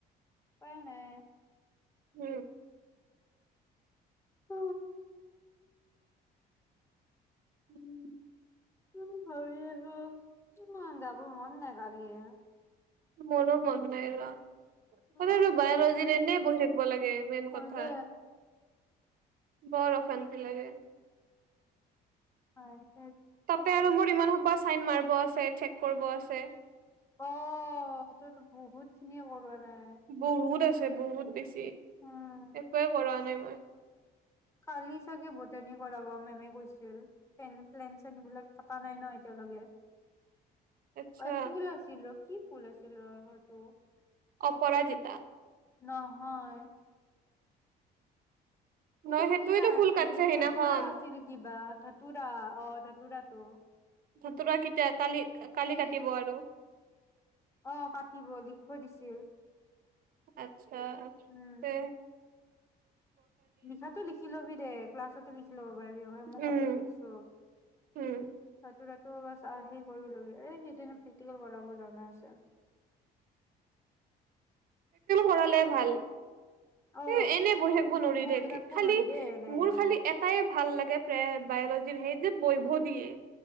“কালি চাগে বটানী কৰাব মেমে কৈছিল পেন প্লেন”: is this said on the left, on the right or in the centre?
Left